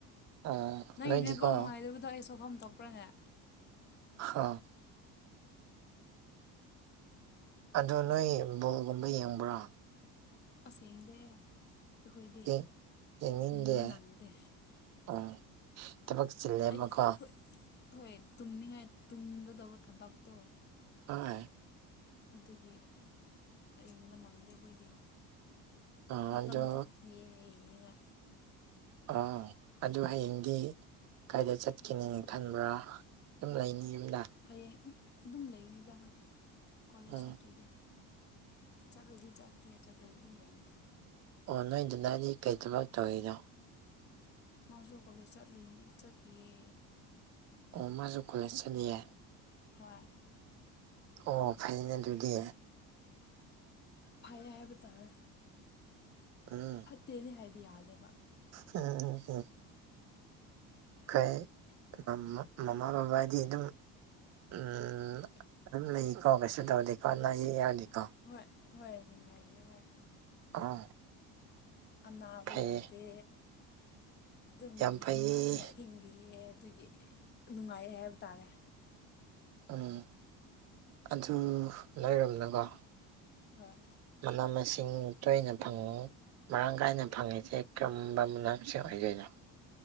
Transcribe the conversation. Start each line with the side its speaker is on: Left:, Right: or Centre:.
Right: ꯑꯥ
Left: ꯅꯪꯒꯤ
Right: ꯅꯣꯏꯗꯤꯀꯣ
Left: ꯅꯦꯠꯋꯥꯛ ꯅꯨꯡꯉꯥꯏꯗꯕꯗꯣ ꯑꯩ ꯁꯣꯛꯐꯝ ꯊꯣꯛꯄ꯭ꯔꯅꯦ
Right: ꯍꯥꯎ ꯑꯗꯨ ꯅꯣꯏ ꯕꯣꯒꯨꯝꯕ ꯌꯦꯡꯕ꯭ꯔꯥ
Left: ꯇꯁꯦꯡꯗꯤ ꯑꯩꯈꯣꯏꯗꯤ
Right: ꯌꯦ- ꯌꯦꯡꯅꯤꯡꯗꯦ
Left: ꯌꯦꯡꯕ ꯅꯪꯗꯦ
Right: ꯎꯝ ꯊꯕꯛ ꯆꯤꯜꯂꯦꯕꯀꯣ
Left: ꯑꯩ ꯍꯣꯏ ꯍꯣꯏ ꯇꯨꯝꯅꯤꯡꯉꯥꯏ ꯇꯨꯝꯒꯗꯧꯕ ꯊꯕꯛꯇꯣ
Right: ꯍꯣꯏ
Left: ꯑꯗꯨꯒꯤꯕ ꯏꯪꯕ ꯅꯪꯗꯦ ꯑꯩꯈꯣꯏꯗꯤ
Right: ꯑ
Left: ꯃꯇꯝ
Right: ꯑꯗꯨ
Left: ꯊꯣꯛ ꯌꯦ ꯌꯦꯡꯅꯤꯡꯉ
Right: ꯑ ꯑꯗꯨ ꯍꯌꯦꯡꯗꯤ ꯀꯥꯏꯗ ꯆꯠꯀꯅꯤꯅ ꯈꯟꯕ꯭ꯔꯥ ꯁꯨꯝ ꯂꯩꯅꯤ ꯌꯨꯝꯗ
Left: ꯍꯌꯦꯡ ꯑꯗꯨꯝ ꯂꯩꯅꯤꯗꯃ ꯀꯣꯂꯦꯖ
Right: ꯎꯝ
Left: ꯆꯠꯇ꯭ꯔꯗꯤ ꯆꯥꯠꯜ ꯗꯤ ꯆꯠꯈꯔ‌ꯦ ꯆꯠ ꯇꯔꯥꯗꯤ ꯗꯨꯝ ꯂꯩꯅꯤ
Right: ꯑꯣ ꯅꯣꯏꯗꯗꯥ ꯑꯩꯗꯤ ꯀꯩ ꯊꯕꯛ ꯇꯧꯋꯤꯅꯣ
Left: ꯃꯖꯨ ꯀ‌ꯣꯂ‌ꯦꯁ ꯆꯠꯂꯤꯅꯤ ꯆꯠꯂꯤꯌꯦ
Right: ꯑꯣ ꯃꯥꯖꯨ ꯀꯣꯂꯦꯁ ꯆꯠꯂꯤꯌꯦ
Left: ꯍꯣꯏ
Right: ꯑꯣ ꯐꯩꯅꯦ ꯑꯗꯨꯗꯤ
Left: ꯐꯩ ꯍꯥꯏꯕ ꯇꯥꯔ
Right: ꯎꯝ
Left: ꯐꯠꯇꯦꯗꯤ ꯍꯥꯏꯕ ꯌꯥꯗꯦꯕ
Right: ꯎꯝ ꯀꯩ ꯀꯏꯃ ꯃꯃꯥ ꯕꯕꯥ ꯗꯤ ꯑꯗꯨꯝ ꯎ ꯑꯗꯨꯝ ꯂꯩ ꯀꯣ ꯀꯩꯁꯨ ꯇꯧꯗꯦꯀꯣ ꯑꯅꯥ ꯑꯌꯦꯛ ꯌꯥꯗꯤꯀꯣ
Left: ꯍꯣꯏ ꯍꯣꯏ ꯅꯨꯡꯉꯥꯏꯔꯤ ꯍꯣꯏ
Right: ꯑꯥ
Left: ꯑꯅꯥꯕ
Right: ꯐꯩꯌꯦ
Left: ꯌꯥꯎꯗꯦ ꯑꯗꯨꯝ
Right: ꯌꯥꯝ ꯐꯩꯌꯦ
Left: ꯅꯨꯡꯉꯥꯏꯅ ꯍꯤꯡꯂꯤꯌꯦ ꯑꯗꯨꯒꯤ ꯅꯨꯡꯉꯥꯏꯔꯦ ꯍꯥꯏꯕ ꯇꯥꯔꯦ
Right: ꯎꯝ ꯑꯗꯨ ꯂꯩꯔꯝꯅꯀꯣ
Left: ꯍꯣꯏ
Right: ꯃꯅꯥ ꯃꯁꯤꯡ ꯇꯣꯏꯅ ꯐꯪꯉꯨ ꯃꯔꯥꯡ ꯀꯥꯏꯅ ꯐꯪꯉꯤꯁꯦ ꯀꯔꯝꯕ ꯃꯅꯥ ꯃꯁꯤꯡ ꯑꯣꯏꯗꯣꯏꯅꯣ